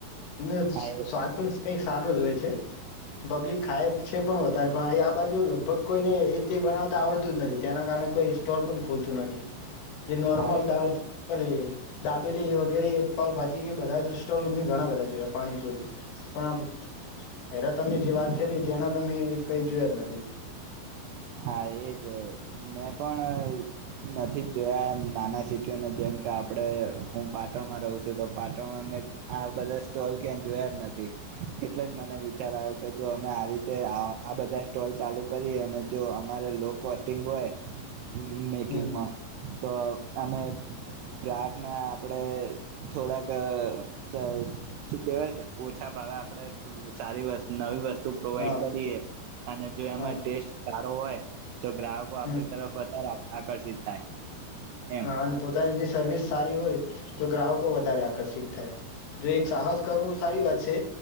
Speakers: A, on the left; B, on the right.
A: ના
B: હા એ
A: સ્વાદ પણ કઈક સારો જ હોય છે ખાય છે પબ્લિક ખાય છે પણ વધાર પણ અહીં આ બાજુ લગભગ કોઈને એ તે બનાવતા આવડતું જ નથી તેના કારણે કોઈ સ્ટોલ પણ ખોલતું નથી જે નોર્મલ
B: હા એ
A: ડાલ પલે દાબેલી વગેરે પાઉભાજી એ બધા જ સ્ટોલ મે ઘણા બધા જોયા પાણીપુરી પણ હેરા તમે જે વાત કરી તેના તો મે કઈ જોયા જ નથી
B: હા એજ મેં પણ નથી જ જોયા નાના સિટીઓમાં જેમ કે આપડે હું પાટણમાં રહું છું તો પાટણમાં મે આ બધા સ્ટોલ ક્યાં જોયા જ નથી એટલે જ મને વિચાર આવ્યો કે જો અમે આવી રીતે આ બધા સ્ટોલ ચાલુ કરીએ અને જો અમારે લો કોસ્ટિંગ હોય મેકિંગમાં
A: હમ
B: તો અમે ગ્રાહકને આપડે થોડાક શું કેહેવાય ઓછા ભાવે આપડે સારી વસ્ત નવી વસ્તુ તું પ્રોવાઈડ
A: હા
B: કરીએ અને જો એમાં
A: હા
B: ટેસ્ટ સારો હોય તો ગ્રાહકો આપડી
A: હમ
B: તરફ વધારે આકર્ષિત થાય એમ
A: હા અને પોતાની જે સર્વિસ સારી હોય તો ગ્રાહકો વધારે આકર્ષિત થાય જો એક સાહસ કરવું સારી વાત છે